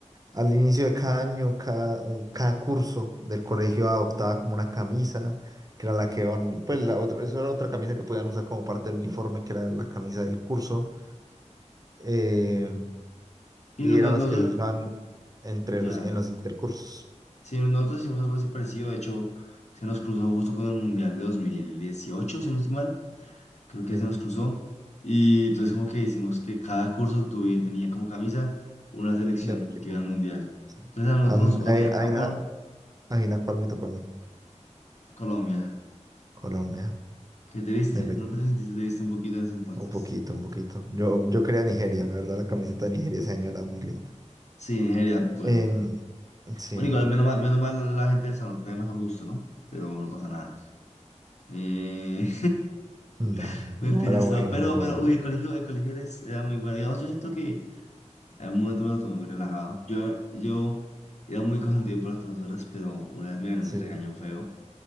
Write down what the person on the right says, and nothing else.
al inicio de cada año, cada, un, cada curso del colegio adoptaba como una camisa, que era la que iban, pues la otra, eso era otra camisa que podían usar como parte del uniforme, que era la camisa del curso. eh,
y
eran
las que se usaban entre
los, en los intercursos,
sí,
del equipo.
sí.
Am-
Ahí
ahí
na- ahí na cuál me tocó a mí,
Colombia,
en efecto.
Un poquito, un poquito. Yo, yo quería Nigeria, la verdad, la camiseta de Nigeria ese año era muy linda.
Em, sí,
no,
no, era
bueno,
era bueno.
Sí,